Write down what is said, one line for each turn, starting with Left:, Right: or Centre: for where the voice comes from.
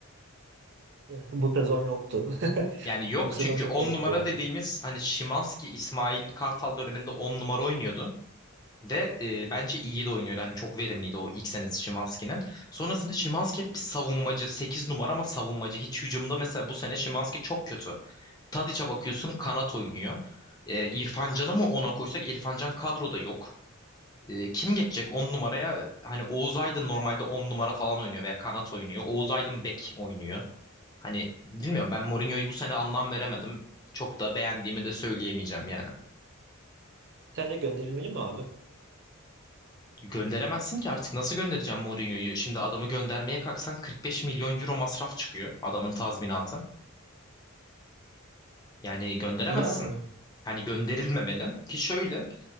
Right: <laughs> Bu sezon yoktu. <laughs>
Left: Yani yok
Right: Bu sezon
Left: çünkü
Right: çok
Left: 10
Right: garipti
Left: numara
Right: ya.
Left: dediğimiz hani Szymański, İsmail Kartal döneminde 10 numara oynuyordu. Ve e, bence iyi de oynuyordu. Hani çok verimliydi o ilk senesi Szymański'nin. Sonrasında Szymański hep bir savunmacı. 8 numara ama savunmacı. Hiç hücumda mesela bu sene Szymański çok kötü. Tadiç'e bakıyorsun kanat oynuyor. E, İrfan Can'ı mı ona koysak İrfan Can kadroda yok. E, kim geçecek 10 numaraya? Hani Oğuz Aydın normalde 10 numara falan oynuyor veya kanat oynuyor. Oğuz Aydın bek oynuyor. Hani bilmiyorum ben Mourinho'yu bu sene anlam veremedim. Çok da beğendiğimi de söyleyemeyeceğim yani.
Right: Sence gönderilmeli mi abi?
Left: Gönderemezsin ki artık nasıl göndereceğim Mourinho'yu? Şimdi adamı göndermeye kalksan 45 milyon euro masraf çıkıyor adamın tazminatı. Yani gönderemezsin.
Right: Yani.
Left: Hani gönderilmemeli ki şöyle